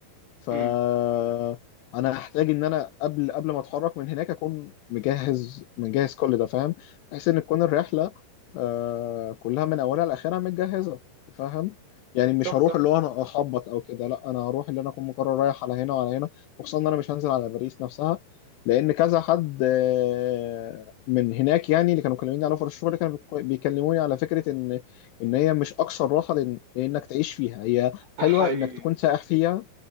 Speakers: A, on the left; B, on the right.
A: فانا
B: مم،
A: هحتاج ان انا قبل قبل ما اتحرك من هناك اكون مجهز مجهز كل ده فاهم بحيث ان تكون الرحله آه كلها من اولها لاخرها متجهزه فاهم يعني مش
B: صح
A: هروح
B: صح
A: اللي هو انا اخبط او كده لا انا هروح اللي انا اكون مقرر رايح على هنا وعلى هنا وخصوصا ان انا مش هنزل على باريس نفسها لان كذا حد آه، من هناك يعني اللي كانوا مكلميني على اوفر الشغل كانوا بيك- بيكلموني على فكره ان ان هي مش اكثر راحه لأن- لانك تعيش فيها هي
B: حي
A: حلوه انك تكون سائح فيها